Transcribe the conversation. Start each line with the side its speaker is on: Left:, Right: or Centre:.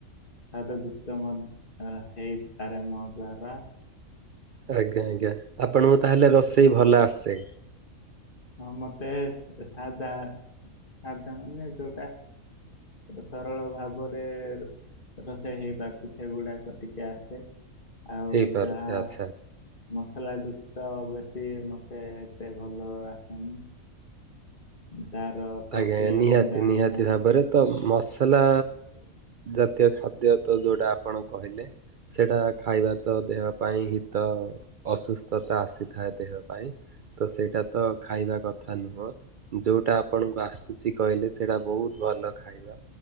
Left: ସଦ ଯୁକ୍ତ ମଧ୍ୟ ହେଇପାରେ ମୋ ଦ୍ଵାରା।
Right: ଆଜ୍ଞା ଆଜ୍ଞା ଆପଣଙ୍କୁ ତାହେଲେ ରୋଷେଇ ଭଲ ଆସେ।
Left: ହଁ ମତେ ସାଦା ସା ଦା ମାନେ ଯୋଉଟା ସରଳ ଭାବରେ ତଥା ସେ ସେଇ ବାପି ସେ ଗୁଡାକ ଟିକେ ଆସେ ଆଉ
Right: ହେଇପାରୁଛି
Left: ଯାହା
Right: ଆଚ୍ଛା।
Left: ମସଲା ଯୁକ୍ତ ବେଶୀ ମତେ ଏତେ ଭଲ ଆସେନି। ତାର ପ୍ରକ୍ରିୟା
Right: ଆଜ୍ଞା ଆଜ୍ଞା ନିହାତି
Left: ମୁଁ ଜାଣି
Right: ନିହାତି
Left: ନାହିଁ।
Right: ଭାବରେ। ତ ମସଲା ଜାତୀୟ ଖାଦ୍ୟ ତ ଯୋଉଟା ଆପଣ କହିଲେ। ସେଇଟା ଖାଇବା ତ ଦେହ ପାଇଁ ହିତ। ଅସୁସ୍ଥତା ଆସିଥାଏ ଦେହ ପାଇଁ। ତ ସେଇଟା ତ ଖାଇବା କଥା ନୁହଁ ଯୋଉଟା ଆପଣଙ୍କୁ ଆସୁଛି କହିଲେ ସେଇଟା ବହୁତ ଭଲ ଖାଇବା